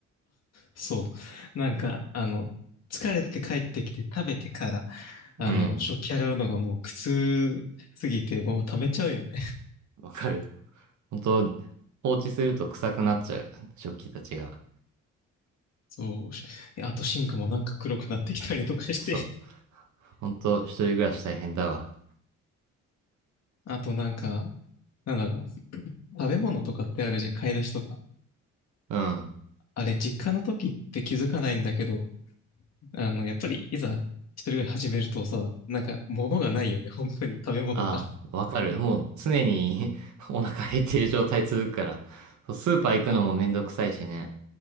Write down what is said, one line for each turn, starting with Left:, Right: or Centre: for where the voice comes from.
Left: そう。なんか、あの、疲れて帰ってきて食べてから、あの、
Right: うん。
Left: 食器洗うのがもう苦痛すぎて、もう食べちゃうよね。
Right: わかる。本当放置すると臭くなっちゃう。食器たちが。
Left: そうし。あとシンクもなんか黒くなってきたりとかして、
Right: そう。ほんと、一人暮らし大変だわ。
Left: あとなんか、なんだろう。食べ物とかってあるじゃん、買い出しとか。
Right: うん。
Left: あれ、実家の時って気づかないんだけど、あの、やっぱりいざ一人暮らし始めるとさ、なんか物がないよね、本当に食べ物が。
Right: ああ、わかる。もう常に <laughs> お腹減っている状態続くから。そうスーパー行くのもめんどくさいしね。